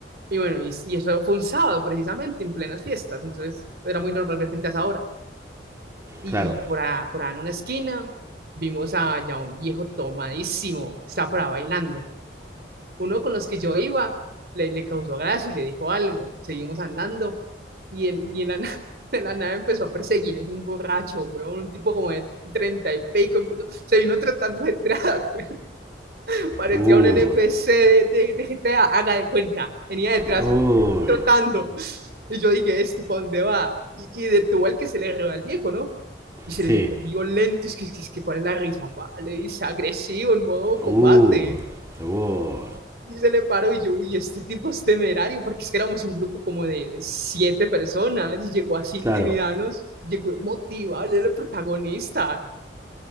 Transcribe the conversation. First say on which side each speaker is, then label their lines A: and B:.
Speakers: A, on the right; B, on the right.
A: Y bueno, y, y eso fue un sábado precisamente, en plenas fiestas, entonces era muy normal ver gente a esa hora. Y
B: Claro.
A: por ahí por ahí en una esquina vimos a ya un viejo tomadísimo, estaba por ahí bailando. Uno con los que yo iba le, le causó gracia y le dijo algo. Seguimos andando y el y el la, <laughs> de la nave <laughs> empezó a perseguirnos un borracho, weón, un tipo como de treinta y pico, empezó- se vino tratando detrás, <laughs> Parecía
B: Uy,
A: un NPC de, de, de GTA, haga de cuenta. Venía detrás
B: uy,
A: trotando. Y yo dije, ¿este para dónde va? Y, y detuvo al que se le roba al viejo, ¿no? Y se
B: sí.
A: le llegó violento. Es que, es que, ¿cuál es la risa? pa? Le dice agresivo, en modo combate.
B: Uy, uy,
A: Y se le paró y yo, uy, este tipo es temerario, porque es que éramos un grupo como de siete personas y llegó así intimidanos,
B: claro.
A: llegó motivado, él era el protagonista.